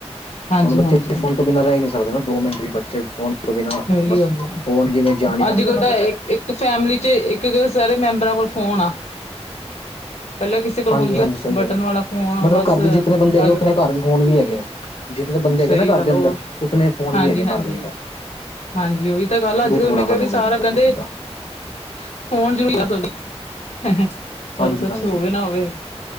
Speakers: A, on the left; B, on the left.
A: ਹਾਂਜੀ
B: ਹੁਣ ਬੱਚੇ
A: ਹਾਂਜੀ
B: ਫੋਨ ਤੋਂ ਬਿਨਾਂ ਰਹਿ ਹੀ ਨੀ ਸਕਦੇ ਨਾ ਦੋ ਮਿੰਟ ਵੀ ਬੱਚੇ ਫੋਨ ਤੋਂ ਬਿਨਾਂ
A: ਸਹੀ
B: ਬਸ
A: ਗੱਲ
B: ਫੋਨ
A: ਆ
B: ਜਿਵੇਂ ਜਾਨ ਈ <unintelligible> ਬਨਗੀ
A: ਅੱਜ ਕੱਲ
B: ਉਹਨਾਂ
A: ਤਾਂ
B: ਦੀ।
A: ਇੱਕ ਇੱਕ ਫੈਮਿਲੀ ਚ ਇੱਕ ਇੱਕ ਸਾਰੇ ਮੈਂਬਰਾਂ ਕੋਲ ਫੋਨ ਆ।
B: <inaudible>
A: ਪਹਿਲਾਂ ਕਿਸੇ ਕੋਲ
B: ਹਾਂਜੀ-ਹਾਂਜੀ
A: ਹੁੰਦੀ
B: ਸਹੀ
A: ਬਟਨ
B: ਗੱਲ ਹੈ
A: ਵਾਲਾ ਫੋਨ
B: ਮਤਲਬ
A: ਬਸ
B: ਘਰ ਦੇ ਜਿਤਨੇ ਬੰਦੇ ਹੈਗੇ
A: ਗੱਲ
B: ਉਤਣੇ
A: ਕਰ
B: ਘਰ ਵਿੱਚ ਫੋਨ ਵੀ ਹੈਗੇ ਆ। ਜਿਤਨੇ ਬੰਦੇ ਹੈਗੇ
A: ਸਹੀ
B: ਨਾ ਘਰ
A: ਗੱਲ
B: ਦੇ ਅੰਦਰ
A: ਉਹ
B: ਉਤਨੇ ਫੋਨ
A: ਹਾਂਜੀ
B: ਵੀ ਹੈਗੇ
A: ਹਾਂਜੀ
B: ਘਰ ਦੇ ਅੰਦਰ।
A: ਹਾਂਜੀ ਉਹੀ ਤਾਂ ਗੱਲ ਆ, ਅੱਜ
B: ਬਹੁਤ
A: ਕੱਲ
B: ਬੁਰਾ
A: ਮੈਂ
B: ਹਾਲ
A: ਕਿਹਾ ਵੀ
B: ਹੋ ਗਿਆ
A: ਸਾਰਾ
B: ਜੀ ਬਹੁਤ
A: ਕਹਿੰਦੇ
B: ਬੁਰਾ
A: <unintelligible> ਹੋਰ
B: ਹਾਂਜੀ
A: ਕੁਛ
B: ਹਾਂਜੀ
A: ਹੋਵੇ ਨਾ ਹੋਵੇ।